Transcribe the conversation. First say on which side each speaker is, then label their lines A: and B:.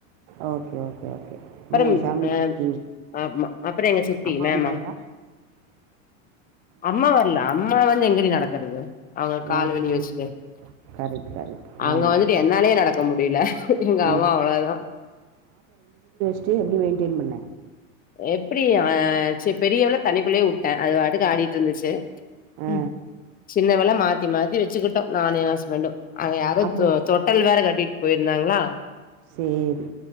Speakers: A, on the right; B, on the left.
A: ஓகே ஓகே ஓகே
B: அப்புறம்
A: மூணு ஃபேமிலி
B: அஹ்
A: போயிருக்கீங்க
B: அப்புறோ எங்க சித்தி
A: அம்மா
B: மேமா
A: வந்தாங்களா
B: அம்மா வரல அம்மா வந்து எங்கடி நடக்குறது அவுங்க
A: வ
B: கால் வெளிய
A: மறந்துருவே
B: வெச்சிட்டு
A: கரெக்ட் கரெக்ட்
B: அங்க
A: ஆமா
B: வந்துட்டு என்னாலயே நடக்க முடியல எங்க
A: ஆ
B: அம்மா அவ்ளோதா
A: ட்டு எப்படி மெயின்டென் பண்ண
B: எப்படி அவ சி பெரியவள தனிக்குள்ளேயே விட்டேன் அது வாட்டுக்கு ஆடிட்டு இருந்துச்சு
A: ஆ
B: உம் சின்னவெல மாத்தி மாத்தி வச் வச்சுகிட்டம் நானும் ஏ ஹஸ்பேண்ட்டும் அங்க யாரோ
A: அப்பறோ
B: தொ தொட்டல் வேற கட்டிட்டு போயிருந்தாங்களா
A: சேரி